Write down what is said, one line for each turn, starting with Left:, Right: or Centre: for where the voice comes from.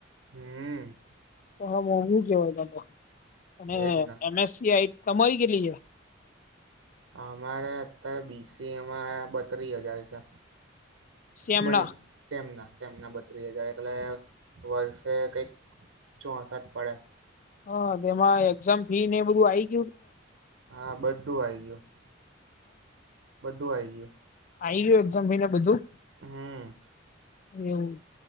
Right: હમ્મ.
Left: હાવું કેવા ત અને
Right: એજ ને
Left: એમએસસી આઈ તમારી કેટલી છે?
Right: અમારે અત્યારે બીસી એમાં બત્રીસ હજાર છે.
Left: સેમ
Right: મય-
Left: ના
Right: - સેમ ના સેમ ના બત્રીસ હજાર એટલે વર્ષે કઈક ચોસઠ પડે.
Left: હા તેમાં એક્ઝામ ફી ને એ બધું આવી- -
Right: હા બધું આઈ ગયું બધું આઈ ગયું.
Left: આ આવી ગયું એકઝમ મહિને બધું?
Right: હમ્મ.
Left: એવું